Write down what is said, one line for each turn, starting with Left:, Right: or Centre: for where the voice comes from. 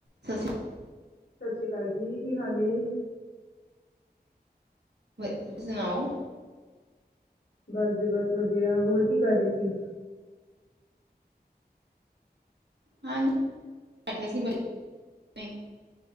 Right: ਸਤਿ
Left: ਸਤਿ
Right: ਸ਼੍ਰੀ
Left: ਸ੍ਰੀ ਅਕਾਲ ਜੀ, ਕੀ ਹਾਲ ਏ?
Right: <inaudible>
Left: ਬਸ ਜੀ ਬਸ ਵਧੀਆ, ਹੋਰ ਕੀ ਕਰ ਰਹੇ ਸੀ।
Right: ਹਾਂਜੀ ਬੈਠੇ ਸੀ। ਬੱਚੇ